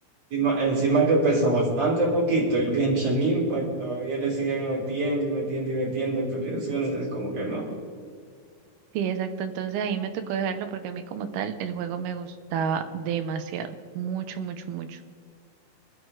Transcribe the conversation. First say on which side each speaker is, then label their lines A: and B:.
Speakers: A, on the right; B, on the right.
A: Encima, encima que pesa bastante poquito el Genshin Impact, todavía le siguen metiendo y metiendo y metiendo actualizaciones, es como que no.
B: Sí, exacto, entonces ahí me tocó dejarlo porque a mí como tal el juego me gustaba demasiado, mucho, mucho, mucho.